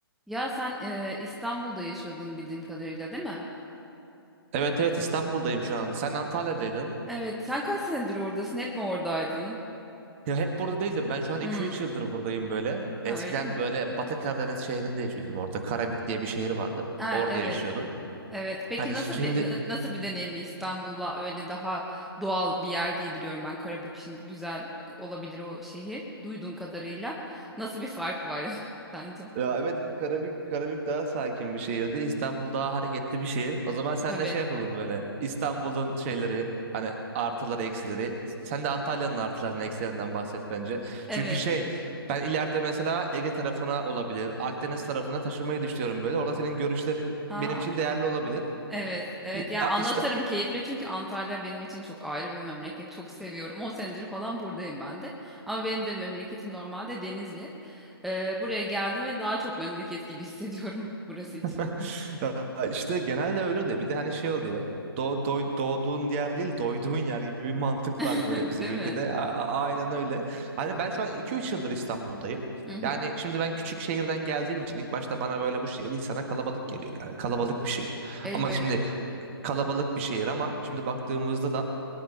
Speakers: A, in the centre; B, on the right.
A: Ya sen e, İstanbul'da yaşıyordun bildiğim kadarıyla değil mi?
B: Evet evet İstanbul'dayım şu an. Sen Antalya'daydın.
A: Evet. Sen kaç senedir oradasın? Hep mi oradaydın?
B: Ya hep burada değildim. Ben şu an iki
A: Hmm.
B: üç yıldır buradayım böyle.
A: Ha
B: Eskiden
A: öyle mi?
B: böyle Batı Karadeniz şehrinde yaşıyordum. Orada Karabük diye bir şehir vardı.
A: Ha
B: Orada
A: evet.
B: yaşıyordum.
A: Evet. Peki
B: Hani şi-
A: nasıl
B: şimdi
A: bir na- nasıl bir deneyim İstanbul'la öyle daha doğal bir yer diye biliyorum ben Karabük şimdi güzel e, olabilir o şehir. Duyduğum kadarıyla nasıl bir fark var <laughs> sence?
B: Ya evet Karabük, Karabük daha sakin bir şehirdi. İstanbul daha hareketli bir şehir. O zaman seninle
A: Tabii.
B: şey yapalım böyle. İstanbul'un şeyleri hani artıları eksileri. Sen de Antalya'nın artılarının eksilerinden bahset bence.
A: Evet.
B: Çünkü şey ben ileride mesela Ege tarafına olabilir. Akdeniz tarafına taşınmayı düşünüyorum böyle. Orada senin görüşlerin
A: Aa.
B: benim için değerli olabilir.
A: Evet, evet.
B: İ-
A: Yani
B: A-
A: anlatırım
B: İst-
A: keyifli çünkü Antalya benim için çok ayrı bir memleket. Çok seviyorum. 10 senedir falan buradayım ben de. Ama benim de memleketim normalde Denizli. Ee, buraya geldim ve daha çok memleket gibi hissediyorum <laughs> burası için.
B: <laughs> Ya İşte genelde öyle oluyor. Bir de hani şey oluyor. Doğ, doy- doğduğun yer değil, doyduğun yer gibi bir mantık
A: <laughs>
B: var böyle bizim
A: Değil
B: ülkede.
A: mi?
B: A- a- aynen öyle. Hani ben şu an iki üç yıldır İstanbul'dayım.
A: Hı hı.
B: Yani şimdi ben küçük şehirden geldiğim için ilk başta bana böyle bu şehir insana kalabalık geliyor. Yani kalabalık bir şehir.
A: Elbette.
B: Ama şimdi kalabalık bir şehir ama şimdi baktığımızda da